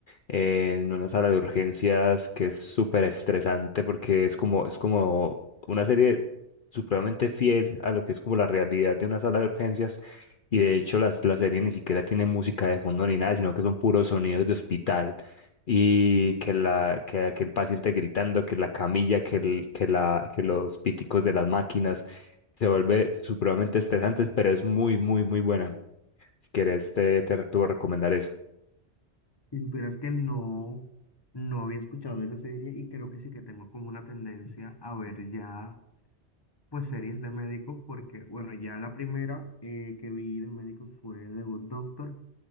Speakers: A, on the left; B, on the left.
A: en una sala de urgencias que es súper estresante porque es como, es como una serie supremamente fiel a lo que es como la realidad de una sala de urgencias. Y de hecho las, la serie ni siquiera tiene música de fondo ni nada, sino que son puros sonidos de hospital y que la que, que el paciente gritando, que la camilla, que el, que la que los píticos de las máquinas se vuelve supremamente estresante, pero es muy muy muy buena. Si quieres te te, te voy a recomendar eso.
B: Si supieras que no, no había escuchado de esa serie y creo que sí que tengo como una tendencia a ver ya, pues, series de médicos, porque, bueno, ya la primera eh, que vi de médicos fue The Good Doctor,